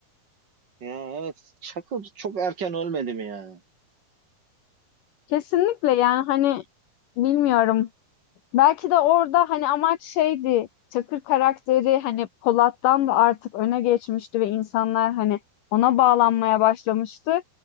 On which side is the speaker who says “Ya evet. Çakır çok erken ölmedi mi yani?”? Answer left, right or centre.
Right